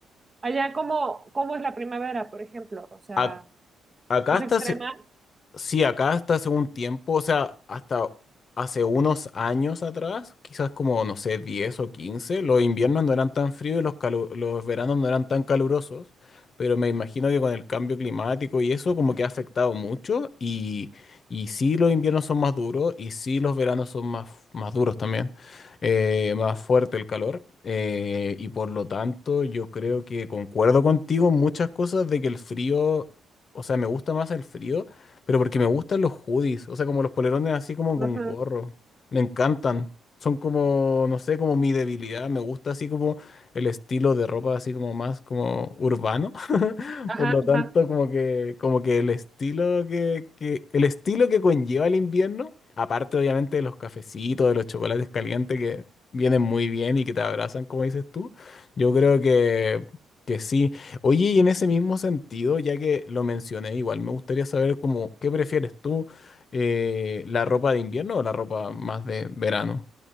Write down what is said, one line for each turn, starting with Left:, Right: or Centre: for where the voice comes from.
Right: Allá, ¿cómo, cómo es la primavera, por ejemplo? O sea,
Left: A- acá
Right: ¿es
Left: está,
Right: extrema?
Left: Sí, acá hasta hace un tiempo, o sea, hasta hace unos años atrás, quizás como, no sé, 10 o 15, los inviernos no eran tan fríos y los, calu- los veranos no eran tan calurosos, pero me imagino que con el cambio climático y eso como que ha afectado mucho y, y sí los inviernos son más duros y sí los veranos son más, más duros también, eh, más fuerte el calor. eh, y por lo tanto, yo creo que concuerdo contigo en muchas cosas de que el frío, o sea, me gusta más el frío pero porque me gustan los hoodies, o sea, como los polerones así como
Right: Ajá,
Left: con gorro. Me encantan. Son como, no sé, como mi debilidad. Me gusta así como el estilo de ropa así como más como urbano. <laughs>
Right: ajá,
Left: Por lo tanto,
Right: ajá.
Left: como que, como que el estilo que, que, el estilo que conlleva el invierno, aparte obviamente de los cafecitos, de los chocolates calientes que vienen muy bien y que te abrazan, como dices tú, yo creo que, que sí. Oye, y en ese mismo sentido, ya que lo mencioné, igual me gustaría saber como, ¿qué prefieres tú? eh, ¿la ropa de invierno o la ropa más de verano?